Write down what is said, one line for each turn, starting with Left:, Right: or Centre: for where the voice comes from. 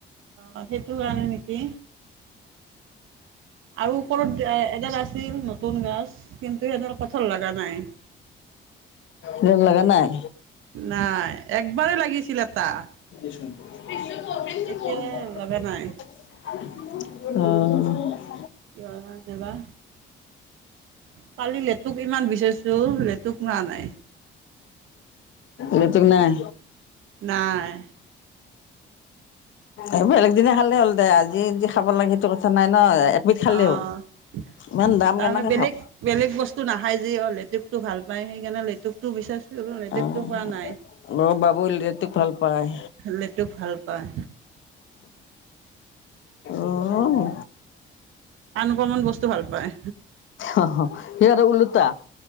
Right: অঁ সেইটো কাৰণে নেকি আৰু ওপৰত এডাল আছিল নতুন গছ কিন্তু সিহতৰ কঠৰ লগা নাই।
Left: ন লগা নাই।
Right: নাই একবাৰেই লাগিছিল এটা।
Left: আহ
Right: এতিয়া লগা নাই
Left: <unintelligible>
Right: কিয় নামাতে বা কালি লেতুক ইমান বিচাৰিছোঁ লেতুক মাৰা নাই।
Left: নতুন নাই।
Right: নাই।
Left: এইবোৰ বেলেগ দিনে খালে হ'ল দে আজি য খাব লাগে সটো কথা নাই ন। একবিধ খালেই
Right: অ'
Left: হ'ল ইমান দাম
Right: তাৰমানে
Left: কেনেকৈ
Right: বেলেগ-
Left: খাম
Right: বেলেগ বস্তু নাখায় যি অ লেটুক ভাল পাই সেইকাৰণে লেটুকটো বিচাৰছো লেটুকতটো
Left: অ'
Right: পোৱা নাই।
Left: অ বাবু ৰাটোক ভাল পায়।
Right: লেটুক ভাল পায়
Left: অ',
Right: আনকমান বস্তু ভাল পায়।
Left: অ, সিহ আৰু উওলোটা।